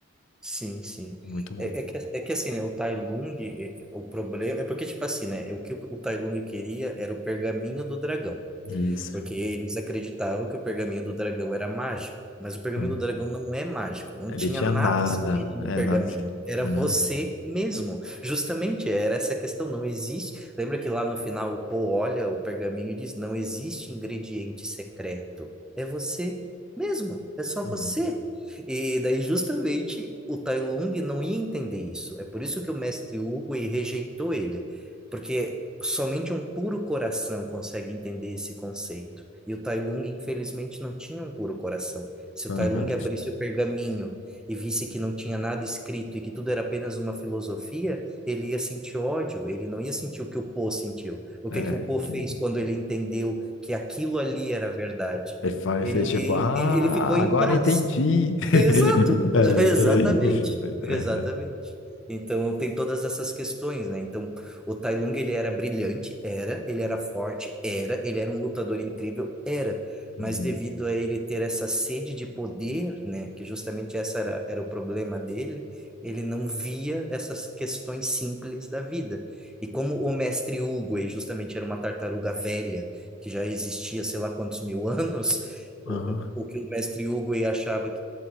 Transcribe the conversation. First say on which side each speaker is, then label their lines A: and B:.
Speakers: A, in the centre; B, on the left (about 60°).
A: Sim, sim.
B: Muito bom.
A: É, é que, é que assim, né, o Tai Lung, eh, o problema... É porque, tipo assim, né, o que o Tai Lung queria era o pergaminho do dragão.
B: Isso.
A: porque eles acreditavam que o pergaminho do dragão era mágico, mas o pergaminho
B: Uhum.
A: do dragão não é mágico, não
B: Ele
A: tinha
B: tinha
A: nada
B: nada,
A: escrito no
B: é,
A: pergaminho,
B: nada. escrito.
A: era
B: Aham,
A: você mesmo. Justamente era essa a questão, não existe. Lembra que lá no final o Poe olha o pergaminho e diz: não existe ingrediente secreto, é você mesmo, é só
B: aham,
A: você. E daí, justamente, o Tai Lung não ia entender isso. É por isso que o mestre Hugo rejeitou ele porque somente um puro coração consegue entender esse conceito. E o Tai Lung, infelizmente, não tinha um puro coração. Se
B: aham.
A: o Tai Lung abrisse o pergaminho e visse que não tinha nada escrito e que tudo era apenas uma filosofia, ele ia sentir ódio, ele não ia sentir o que o Po sentiu. O
B: É,
A: que que o Po fez
B: que-
A: quando ele entendeu que aquilo ali era verdade?
B: Ele fa-
A: Ele,
B: fez tipo, ah,
A: ele, ele ficou em
B: agora
A: paz,
B: entendi. <laughs>
A: Exato,
B: É,
A: <laughs>
B: exatamente.
A: exatamente, exatamente.
B: Aham,
A: Então tem todas essas questões, né? Então o Tai Lung ele era brilhante, era, ele era forte, era, ele era um lutador incrível, era, mas
B: uhum,
A: devido a ele ter essa sede de poder, né? Que justamente essa era, era o problema dele, ele não via essas questões simples da vida. E como o mestre Hugo, ele justamente era uma tartaruga velha que já existia sei lá quantos mil <laughs> anos.
B: aham,
A: O, o que o mestre Hugo aí achava